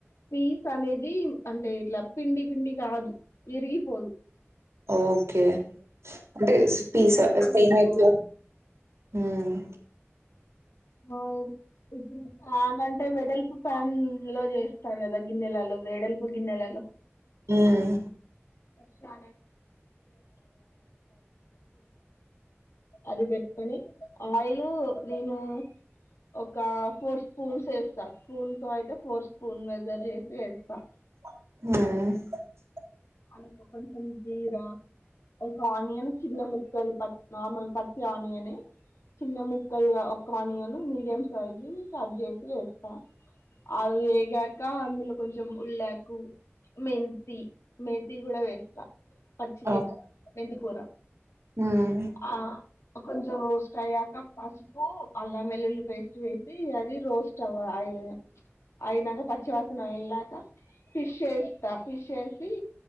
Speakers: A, on the left (about 75°); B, on the right (about 80°).
A: పీస్ అనేది అంటే ఇట్లా పిండి పిండి కాదు విరిగిపోదు
B: ఓకే అంటే పీస
A: లెమన్ కూడా
B: ఎస్తే
A: పిండుకోవాలి
B: ఏమైతద ఉమ్
A: బాయ్ ఇప్పుడు ప్యాన్ అంటే వెడల్పు ప్యాన్ లో చేస్తారు కదా గిన్నెలలో వెడల్పు గిన్నెలలో
B: హ్మ్
A: <unintelligible> అది పెట్టుకొని ఆయిల్ నేను ఒక ఫోర్ స్పూన్స్ వేస సాత్ స్పూన్ తో అయితే ఫోర్ స్పూన్ మెజర్ చేసి వేస్తా
B: హ్మ్
A: అందులో కొంచం జీరా ఒక ఆనియన్ చిన్న ముక్కలు పట్ నార్మల్ పచ్చి ఆనియనే చిన్న ముక్కలుగా ఒక్క ఆనియన్ మీడియం సైజ్ కట్ చేసి వేస్తా అవి వేగాక అందులో కొంచెం ఉళ్ళకు మెంతి మేతి కూడా వేస్తా పచ్చిది
B: ఆ
A: మెంతి కూర
B: ఉమ్
A: ఆ కొంచెం రోస్ట్ అయ్యాక పసుపు అల్లం వెల్లుల్లి పేస్ట్ వేసి అది రోస్ట్ అవ్వాలి అయినాక పచ్చివాసన అయిలాక ఫిష్ వేస్తా ఫిష్ వేసి